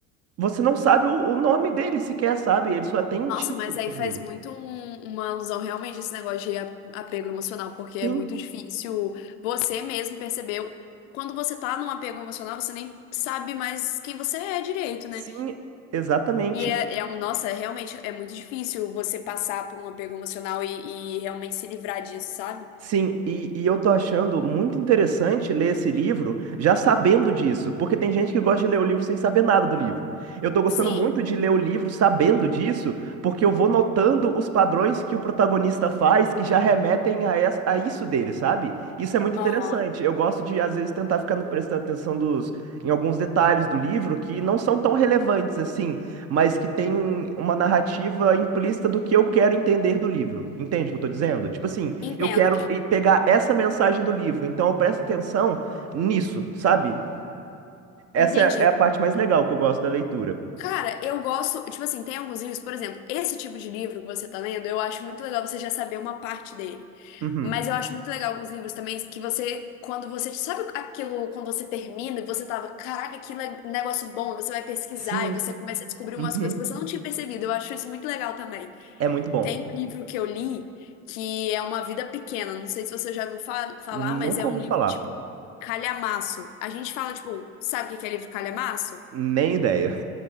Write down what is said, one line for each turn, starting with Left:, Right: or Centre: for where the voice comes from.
Right: você não sabe o, o nome dele sequer, sabe? Ele só tem um
Left: nossa,
Right: título
Left: mas aí
Right: sobre
Left: faz
Right: ele.
Left: muito um- uma alusão realmente a esse negócio de a- apego emocional, porque é
Right: Sim,
Left: muito difícil você mesmo perceber. Quando você tá num apego emocional, você nem sabe mais quem você é direito, né?
Right: sim, exatamente.
Left: E é, é um, nossa, é realmente é muito difícil você passar por um apego emocional e, e realmente se livrar disso, sabe?
Right: Sim, e, e eu tô achando muito interessante ler esse livro já sabendo disso, porque tem gente que gosta de ler o livro sem saber nada do livro. Eu tô gostando
Left: Sim,
Right: muito de ler o livro sabendo disso, porque eu vou notando os padrões que o protagonista faz que já remetem a, essa- a isso dele, sabe? Isso é muito
Left: aham,
Right: interessante. Eu gosto de, às vezes, tentar ficar prestando atenção dos, em alguns detalhes do livro que não são tão relevantes assim, mas que tem uma narrativa implícita do que eu quero entender do livro. Entende o que eu tô dizendo? Tipo assim.
Left: entendo.
Right: Eu quero e- pegar essa mensagem do livro, então eu presto atenção nisso, sabe? Essa
Left: Entendi.
Right: é é a parte mais legal que eu gosto da leitura.
Left: Cara, eu gosto, tipo assim, tem alguns livros, por exemplo, esse tipo de livro que você tá lendo, eu acho muito legal você já saber uma parte dele.
Right: Uhum.
Left: Mas eu acho muito legal alguns livros também que você, quando você, sabe aquilo, quando você termina e você tava, caraca, que le- negócio bom, e você vai pesquisar
Right: Sim.
Left: e você começa a descobrir
Right: Uhum.
Left: umas coisas que você não tinha percebido. Eu acho isso muito legal também.
Right: É muito bom.
Left: Tem um livro que eu li que é Uma Vida Pequena, não sei se você já ouviu fa- falar,
Right: Nunca
Left: mas é um
Right: ouvi
Left: livro
Right: falar.
Left: tipo calhamaço. A gente fala, tipo, sabe o que que é livro calhamaço?
Right: Nem ideia.